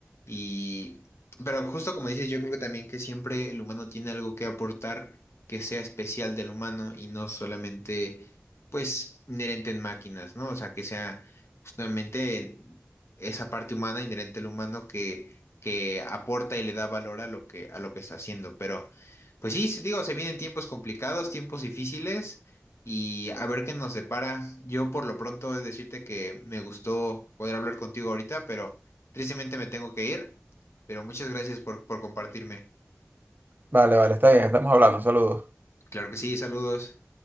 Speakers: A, on the left; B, on the right.
A: y, pero justo como dices, yo creo que también que siempre el humano tiene algo que aportar que sea especial del humano y no solamente pues inherente en máquinas, ¿no? O sea, que sea justamente esa parte humana, inherente al humano, que, que aporta y le da valor a lo que, a lo que está haciendo. Pero, pues sí, sí, digo, se vienen tiempos complicados, tiempos difíciles, y a ver qué nos depara. Yo por lo pronto he de decirte que me gustó poder hablar contigo ahorita, pero tristemente me tengo que ir. Pero muchas gracias por, por compartirme.
B: Vale, vale, está bien, estamos hablando. Saludos.
A: Claro que sí, saludos.